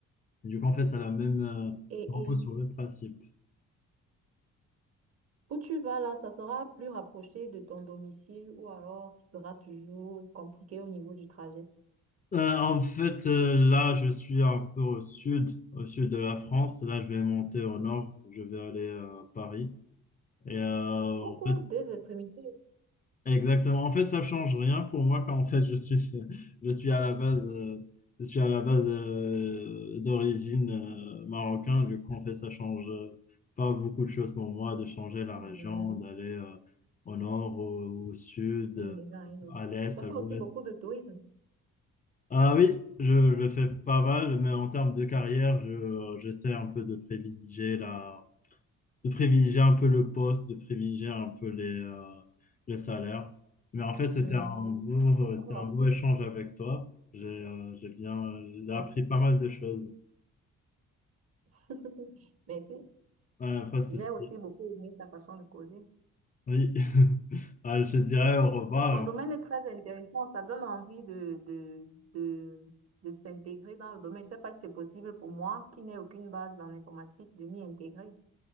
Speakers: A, on the left; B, on the right.
A: Du coup, en fait, ça a la même, euh,
B: Et,
A: ça repose
B: et
A: sur le même principe.
B: Où tu vas là, ça sera plus rapproché de ton domicile ou alors ce sera toujours compliqué au niveau du trajet.
A: Euh, en fait, euh, là, je suis un peu au sud, au sud de la France. Là, je vais monter au nord. Je vais aller à Paris. Et euh,
B: Beaucoup,
A: en fait,
B: deux extrémités
A: exactement. En fait, ça change rien pour moi quand en fait je suis, <laughs> je suis à la base, euh, je suis à la base euh, d'origine euh, marocain. Du coup, en fait, ça change euh, pas beaucoup de choses pour moi de changer la
B: Mhm.
A: région, d'aller euh, au nord, au, au sud,
B: d'une
A: euh,
B: région à une autre.
A: à l'est,
B: Il ça
A: à
B: fait
A: l'ouest.
B: aussi beaucoup de tourisme.
A: Ah oui, je, je le fais pas mal, mais en termes de carrière, je, euh, j'essaie un peu de privilégier la, de privilégier un peu le poste, de privilégier un peu les, euh, les salaires. Mais en fait, c'était
B: Mhm.
A: un beau, c'était
B: Oh,
A: un beau échange avec toi. J'ai, euh, j'ai bien, j'ai
B: oh.
A: appris pas mal de choses.
B: <laughs> Mais si,
A: Ouais, pas de souci.
B: j'ai aussi beaucoup aimé ta façon de causer.
A: Oui, <laughs> Ah, je te dirais au revoir.
B: Ton domaine est très intéressant, ça donne envie de, de, de, de s'intégrer dans le domaine. Je ne sais pas si c'est possible pour moi, qui n'ai aucune base dans l'informatique, de m'y intégrer.